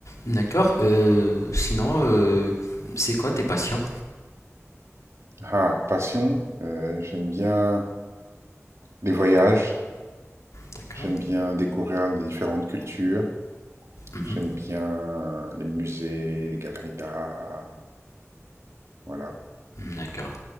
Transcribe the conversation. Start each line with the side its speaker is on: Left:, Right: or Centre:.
Left: D'accord. Euh, sinon, euh, c'est quoi tes passions?
Right: Ah, passion, euh, j'aime bien les voyages,
Left: D'accord.
Right: j'aime bien découvrir les différentes cultures,
Left: Mhm.
Right: j'aime bien les musées, les galeries d'art, voilà.
Left: D'accord.